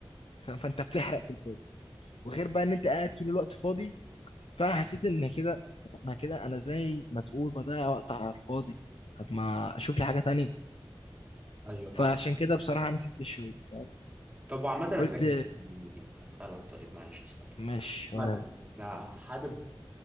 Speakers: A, on the left (about 80°); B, on the right (about 15°).
A: ف- فانت بتحرق في الفاضي وغير بقى ان انت قاعد طول الوقت فاضي فانا حسيت ان كده طب انا كده انا زي ما تقول بضيع وقت على الفاضي طب ما اشوف لي حاجه تانية
B: ايوه فاهم
A: فعشان كده بصراحه انا سبت الشغل فاهم
B: طب وعامه يا
A: قلت
B: ساهر يعني هسالك طيب معلش سؤال
A: مش
B: مثلا
A: ولا يهمك.
B: انت حابب